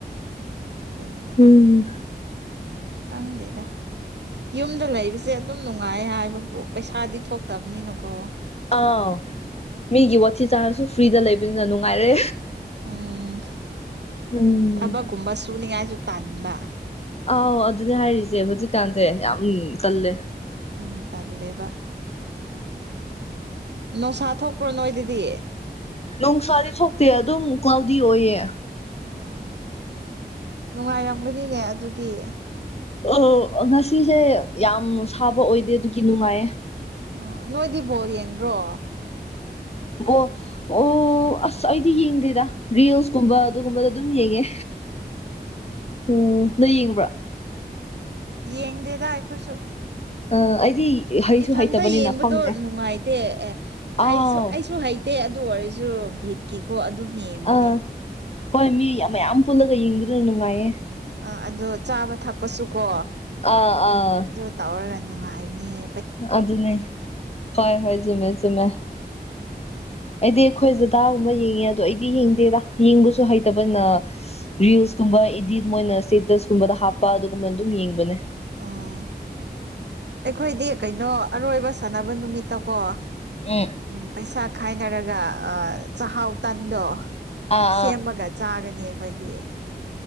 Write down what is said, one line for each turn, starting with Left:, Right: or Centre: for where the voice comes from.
Right: ꯎꯝ ꯑꯗꯨꯅꯦ
Left: ꯎꯝ
Right: ꯈꯪꯗꯦꯗꯥ ꯌꯨꯝꯗ ꯂꯩꯕꯁꯤ ꯖꯦ ꯑꯗꯨꯝ ꯅꯨꯡꯉꯥꯏ ꯍꯥꯏꯕꯕꯨ ꯄꯩꯁꯥꯗꯤ ꯊꯣꯛꯇꯕꯅꯤꯅꯥꯀꯣ
Left: ꯑꯥꯎ ꯃꯤꯒꯤ ꯋꯥꯊꯤ ꯆꯥꯔꯁꯨ ꯐ꯭ꯔꯤꯗ ꯂꯩꯕꯅꯤꯅ ꯅꯨꯡꯉꯥꯏꯔꯦ
Right: ꯎꯝ
Left: ꯎꯝ
Right: ꯊꯕꯛꯀꯨꯝꯕ ꯁꯨꯅꯤꯉꯥꯏꯁꯨ ꯇꯟꯕ
Left: ꯑꯥꯎ ꯑꯗꯨꯅꯦ ꯍꯥꯏꯔꯤꯖꯦ ꯍꯧꯖꯤꯛꯀꯥꯟꯖꯦ ꯌꯥꯝ ꯇꯜꯂꯦ
Right: ꯎꯝ ꯇꯜꯂꯦꯕꯥ ꯅꯣꯡꯁꯥ ꯊꯣꯛꯄ꯭ꯔꯣ ꯅꯣꯏꯗꯥꯗꯤ
Left: ꯅꯣꯡꯁꯥꯗꯤ ꯊꯣꯛꯇꯦ ꯑꯗꯨꯝ ꯀ꯭ꯂꯣꯜꯗꯤ ꯑꯣꯏꯌꯦ
Right: ꯑꯣ ꯅꯨꯡꯉꯥꯏꯔꯝꯒꯥꯅꯤꯅꯦ ꯑꯗꯨꯗꯤ
Left: ꯑꯣ ꯉꯁꯤꯁꯦ ꯌꯥꯝ ꯁꯥꯕ ꯑꯣꯏꯗꯦ ꯑꯗꯨꯒꯤ ꯅꯨꯡꯉꯥꯏꯌꯦ
Right: ꯑꯣ ꯅꯣꯏꯗꯤ ꯕꯣꯜ ꯌꯦꯡꯗ꯭ꯔꯣ
Left: ꯕꯣꯜ ꯑꯣ ꯑꯁ ꯑꯩꯗꯤ ꯌꯦꯡꯗꯦꯗꯥ ꯔꯤꯜꯁꯀꯨꯝꯕ ꯑꯗꯨꯒꯨꯝꯕꯗ ꯑꯗꯨꯝ ꯌꯦꯡꯉꯦ ꯎꯝ ꯅꯣꯢ ꯌꯦꯡꯕ꯭ꯔꯣ
Right: ꯌꯦꯡꯗꯦꯗꯥ ꯑꯩꯈꯣꯏꯁꯨ
Left: ꯑꯥ ꯑꯩꯗꯤ ꯍꯩꯁꯨ
Right: ꯏꯊꯟꯇꯥ
Left: ꯍꯩꯇꯕꯅꯤꯅ
Right: ꯌꯦꯡꯕꯗꯣ
Left: ꯈꯪꯗꯦ
Right: ꯅꯨꯡꯉꯥꯏꯇꯦ ꯑꯦ
Left: ꯑꯥꯎ
Right: ꯍꯩꯁꯨ ꯑꯩꯁꯨ ꯍꯩꯇꯦ ꯑꯗꯨ ꯑꯣꯏꯔꯁꯨ ꯚꯤꯠꯀꯤꯀꯣ ꯑꯗꯨꯝ ꯌꯦꯡꯕꯥꯅꯦ
Left: ꯑꯥ ꯍꯣꯏ ꯃꯤ ꯌꯝ ꯃꯌꯥꯝ ꯄꯨꯜꯂꯒ ꯌꯦꯡꯕꯗꯨ ꯅꯨꯡꯉꯥꯏꯌꯦ
Right: ꯑꯥ ꯑꯗꯣ ꯆꯥꯕ ꯊꯥꯛꯄꯥꯁꯨꯀꯣ
Left: ꯑꯥ ꯑꯥ
Right: ꯑꯗꯨ ꯇꯧꯔꯥꯒ ꯅꯨꯡꯉꯥꯏꯕꯅꯤꯍꯦ
Left: ꯑꯗꯨꯅꯦ ꯍꯣꯢ ꯍꯣꯢ ꯆꯨꯝꯃꯦ ꯆꯨꯝꯃꯦ ꯑꯩꯗꯤ ꯑꯩꯈꯣꯏ ꯗꯗꯥꯒꯨꯝꯕ ꯌꯦꯡꯉꯦ ꯑꯗꯣ ꯑꯩꯗꯤ ꯌꯦꯡꯗꯦꯗꯥ ꯌꯦꯡꯕꯥꯁꯨ ꯍꯩꯇꯕꯅ ꯔꯤꯜꯁ ꯀꯨꯝꯕ ꯏꯗꯤꯠ ꯃꯣꯏꯅ ꯁꯇꯦꯇꯁ ꯀꯨꯝꯕꯗ ꯍꯥꯞꯄ ꯑꯗꯨꯒꯨꯝꯕ ꯗꯨꯝ ꯌꯦꯡꯕꯅꯦ
Right: ꯑꯥ ꯑꯩꯈꯣꯏꯗꯤ ꯀꯩꯅꯣ ꯑꯔꯣꯏꯕ ꯁꯥꯟꯅꯕ ꯅꯨꯃꯤꯠꯇꯥꯀꯣ
Left: ꯎꯝ
Right: ꯎꯝ ꯄꯩꯁꯥ ꯈꯥꯏꯅꯔꯒ ꯆꯥꯍꯥꯎ ꯇꯟꯗꯣ
Left: ꯑꯥ
Right: ꯁꯦꯝꯃꯒ ꯆꯥꯒꯥꯅꯤ ꯑꯩꯈꯣꯏꯗꯤ